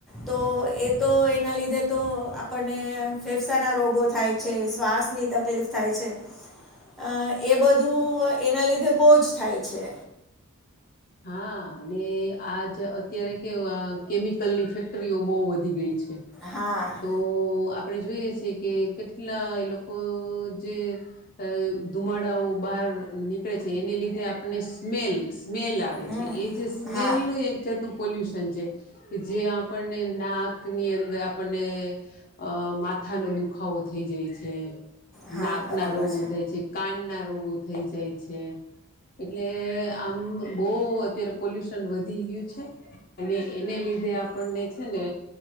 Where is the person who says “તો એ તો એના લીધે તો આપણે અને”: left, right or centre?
Centre